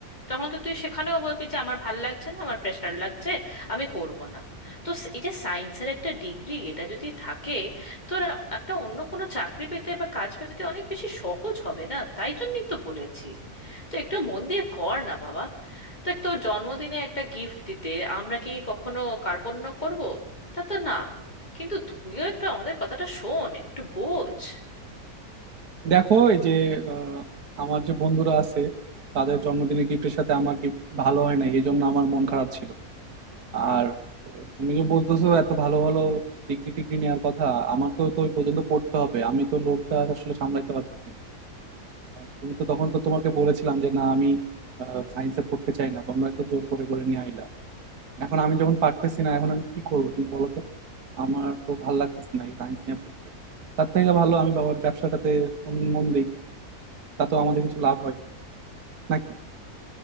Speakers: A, on the left (about 30°); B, on the right (about 85°).
A: তখন তো তুই সেখানেও বলবি যে আমার ভাল লাগছে না আমার প্রেশার লাগছে আমি করব না তো স- এই যে সায়েন্সের একটা ডিগ্রি এটা যদি থাকে তোর একটা অন্য কোনো চাকরি পেতে বা কাজ পেতে অনেক বেশি সহজ হবে না তাই জন্যই তো বলেছি তো একটু মন দিয়ে কর না বাবা দেখ তোর জন্মদিনে একটা গিফট দিতে আমরা কি কখনো কার্পণ্য করব তা তো না কিন্তু তুইও একটু আমাদের কথাটা শোন একটু বোঝ
B: দেখো এই যে আহ, আমার যে বন্ধুরা আছে তাদের জন্মদিনের গিফটের সাথে আমার গিফট ভালো হয় নাই এই জন্য আমার মন খারাপ ছিল আর তুমি যে বলতেছো এত ভালো ভালো ডিগ্রি টিগ্রি নেওয়ার কথা আমাকেও তো ওই পর্যন্ত পড়তে হবে আমি তো লোডটা আসলে সামলাইতে পারতেছি না আহ, তুমি তো তখন তো তোমাকে বলেছিলাম যে না আমি সায়েন্সে পড়তে চাই না তোমরা একটু জোর করে করে নিয়ে আইলা এখন আমি যখন পারতেছি না এখন আমি কি করবো তুমি বলো তো আমার তো ভালো লাগতেছে না এই সায়েন্স নিয়ে পড়তে তার থেকে ভালো আমি বাবার ব্যবসাটাতে মন মন দিই তাতেও আমাদের কিছু লাভ হয় নাকি